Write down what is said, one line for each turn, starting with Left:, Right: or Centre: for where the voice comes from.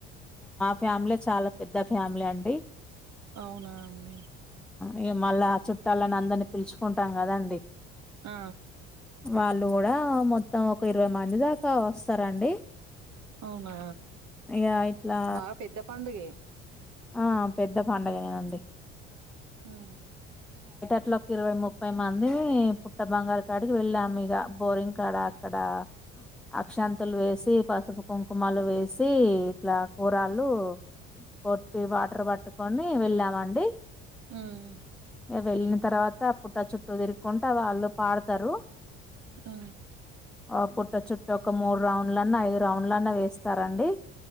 Centre: ఫ్యామిలీ చాలా పెద్ద ఫ్యామిలీ అండి
Right: అవునా అండి
Centre: ఇక మళ్ళా ఆ చుట్టాలని అందరినీ పిలుచుకుంటాం కదండి
Right: ఆ
Centre: వాళ్ళు కూడా మొత్తం ఒక ఇరవై మంది దాకా వస్తారండి
Right: అవునా
Centre: ఇక ఇట్లా
Right: బాగా పెద్ద పండుగే
Centre: ఆ పెద్ద పండుగనేేనండి
Right: ఆ
Centre: ఇట్ల ఒక ఇరవై ముప్పై మంది పుట్ట బంగారు కాడికి వెళ్ళాం ఇక బోరింగ్ కాడ అక్కడ అక్షింతలు వేసి పసుపు కుంకుమలు వేసి ఇట్లా కూరళ్లు పట్ <unintelligible> వాటర్ పట్టుకొని వెళ్ళామండి
Right: ఉమ్
Centre: ఇక వెళ్ళిన తర్వాత పుట్ట పుట్ట చుట్టూ తిరుక్కుంట వాళ్ళు పాడుతరు
Right: ఆ
Centre: ఆ పుట్ట చుట్టూ ఒక మూడు రౌండ్లన్నా ఐదు రౌండ్లన్నా వేస్తారండి